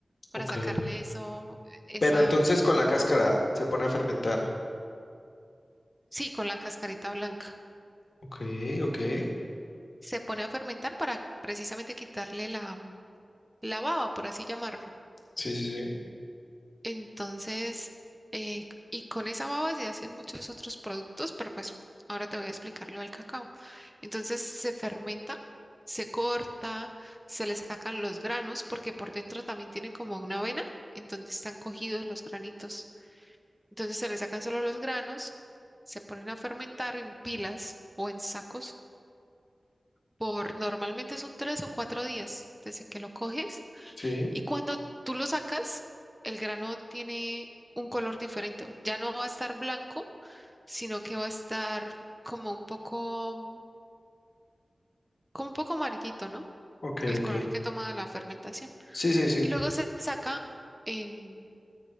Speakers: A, in the centre; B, on the left.
A: Para
B: Ok.
A: sacarle eso, esa,
B: Pero entonces con la cáscara se pone a fermentar.
A: sí, con la cascarita blanca.
B: Ok, ok. Sí,
A: Se pone a fermentar para precisamente quitarle la, la baba, por así llamarlo.
B: sí, sí.
A: Entonces, eh, y con esa baba se hacen muchos otros productos, pero pues ahora te voy a explicar lo del cacao. Entonces se fermenta, se corta, se le sacan los granos, porque por dentro también tiene como una avena en donde están cogidos los granitos. Entonces se le sacan solo los granos, se ponen a fermentar en pilas o en sacos por normalmente son tres o cuatro días desde que lo coges
B: Sí,
A: y cuando tú lo sacas, el grano tiene un color diferente. Ya no va a estar blanco, sino que va a estar como un poco, mm, como un poco amarillito, ¿no?
B: ok,
A: El
B: ok.
A: color que toma la fermentación.
B: Sí, sí, sí.
A: Y luego se saca en,